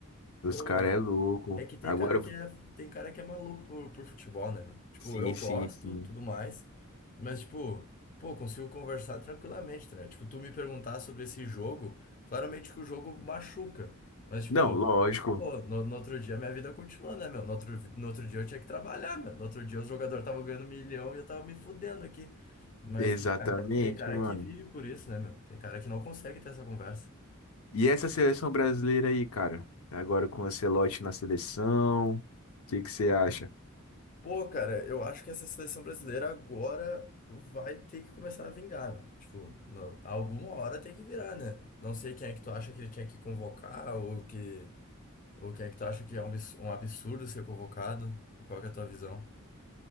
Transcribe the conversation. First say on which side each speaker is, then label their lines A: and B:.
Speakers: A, on the left; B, on the left.
A: Pô,
B: os cara é louco.
A: é que tem
B: Agora,
A: cara
B: eu-
A: que é, tem cara que é maluco por, por futebol, né, meu? Tipo,
B: sim,
A: eu
B: sim,
A: gosto,
B: sim.
A: tudo mais, mas, tipo, pô, consigo conversar tranquilamente, né? Tipo, tu me perguntar sobre esse jogo, claramente que o jogo machuca, mas, tipo,
B: Não, lógico.
A: pô, no, no outro dia minha vida continuou, né, meu? No outro, no outro dia eu tinha que trabalhar, meu. No outro dia os jogadores estavam ganhando milhão e eu tava me fudendo aqui. Mas
B: Exatamente,
A: tem cara, tem cara
B: mano.
A: que vive por isso, né, meu? Tem cara que não consegue ter essa conversa.
B: E essa seleção brasileira aí, cara? Agora com o Ancelotti na seleção, o que que você acha?
A: Pô, cara, eu acho que essa seleção brasileira agora vai ter que começar a vingar, né? Tipo, não- alguma hora tem que virar, né? Não sei quem é que tu acha que ele tinha que convocar ou que ou quem é que tu acha que é um abs- um absurdo ser convocado. Qual que é a tua visão?